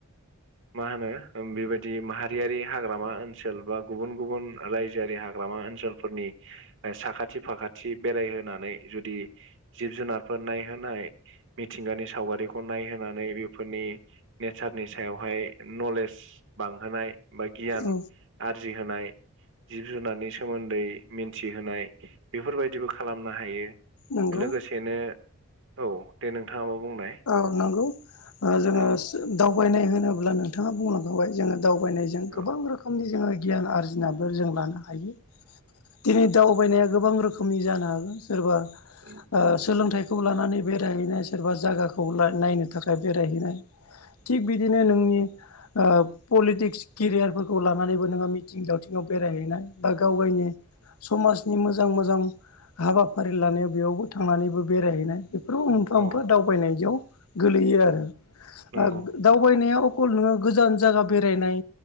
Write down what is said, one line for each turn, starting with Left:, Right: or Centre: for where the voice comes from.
Right: मा होनो बेबायदि माहारियारि हाग्रामा ओनसोल बा गुबुन गुबुन रायजोआरि हाग्रामा ओनसोल फोरनि साखाथि फाखाथि बेरायहोनानै जुदि जिब जुनारफोर नायहोनाय मिथिंगानि सावगारिखौ नायहोनानै बेफोरनि नेचारनि सायाव हाय नलेज बांहोनाय बा गियान
Left: औ
Right: आरजिहोनाय जिब जुनारनि सोमोन्दै मिन्थिहोनाय बेफोरबायदिबो खालामनो हायो
Left: नंगौ
Right: लोगोसेनो औ दे नोंथाङा मा‌ बुंनाय
Left: औ नंगौ जोङो
Right: औ
Left: दावबायनाय होनोब्ला नोंथाङा बुंलांखांबाय जोङो दावबायनाय
Right: औ
Left: गोबां रोखोमनि जोङो गियान आरजिबो जों लानो हायो दिनै दावबायनाया गोबां रोखोमनि जानो हागोन सोरबा
Right: उम <unintelligible>
Left: ओ सोलोंथाइखौ लानानै बेरायहैनाय सोरबा जागाखौ नायनो थाखाय बेरायहैनाय थिग बिदिनो नोंनि ओ पलिटिक्स केरियारफोरखौ लानानैबो नोङो मिथिं दावथिङाव बेरायहैनाय बा गाव गायनि समाज नि मोजां मोजां हाबाफारि लानायाव बेयावबो थांनानैबो बेरायहैनाय बेफोराव मोनफा
Right: औ
Left: मोनफा दावबायनायाव गोलैयो
Right: औ
Left: आरो
Right: नंगौ
Left: ओ दावबायनाया अखल नोङो गोजान जागा बेरायनाय